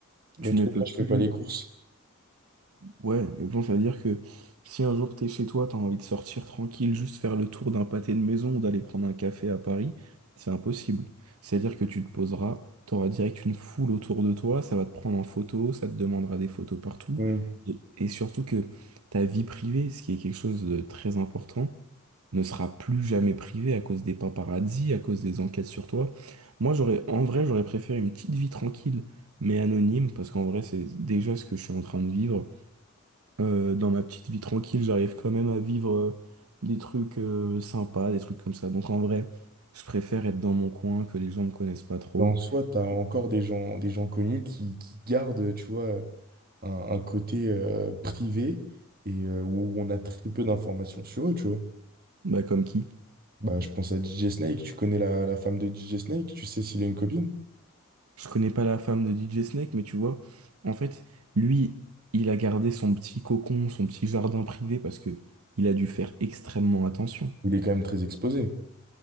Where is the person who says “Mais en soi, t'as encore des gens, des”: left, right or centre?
Right